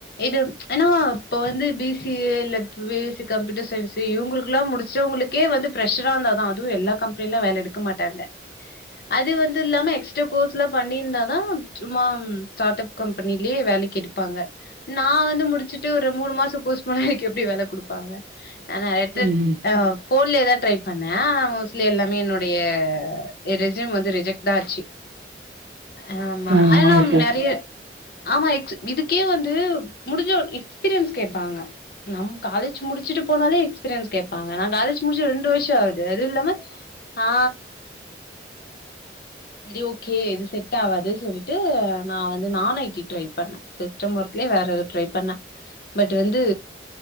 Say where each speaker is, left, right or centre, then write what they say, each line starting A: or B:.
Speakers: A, on the left; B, on the right.
A: இது ஏனா இப்ப வந்து பி சி ஏ இல்ல B S C computer science இவுங்குளுக்ல்லா முடி ச்சவுங்களுக்கே வந்து ப்ரெஷரா இருந்தாதா அதுவு எல்லா கம்பெனில்லா வேல எடுக்க மாட்டாங்க. அது வந்து இல்லாம எக்ஸ்ட்ரா கோர்ஸ்லா பண்ணிருந்தாதா சும்மா ஸ்டாடப் கம்பெனிலியே வேலக்கி எடுப்பாங்க. நா வந்து முடிச்சிட்டு ஒரு மூணு மாசோ கோர்ஸ் போனா எனக் எப்டி வேல குடுப்பாங்க நா நறைய
B: ம்
A: <unintelligible> அ ஃபோன்லியே தா ட்ரை பண்ணே ஆனா மோஸ்லி எல்லாமே என்னுடைய எ ரெஸ்யூம் வந்து ரிஜெக்ட்தா ஆச்சி. அ ஆமா
B: ம்
A: ஆனா நம்
B: ஓகே
A: நெறைய ஆமா எக்ஸ் இதுக்கே வந்து முடிஞ்ச ஒரு எக்ஸ்பீரியன்ஸ் கேப்பாங்க. நம் காலேஜ் முடிச்சிட்டு போனாலே எக்ஸ்பீரியன்ஸ் கேப் பாங்க நா காலேஜ் முடிச்சு ரெண்டு வர்ஷோ ஆவுது அதுவு இல்லாம ஆ செரி ஓகே இது செட் ஆவாது சொல்லிட்டு நா வந்து நான் ஐ டி ட்ரை பண்ணே. சிஸ்டம் ஒர்க்லியே வேற இது ட்ரை பண்ணே பட் வந்து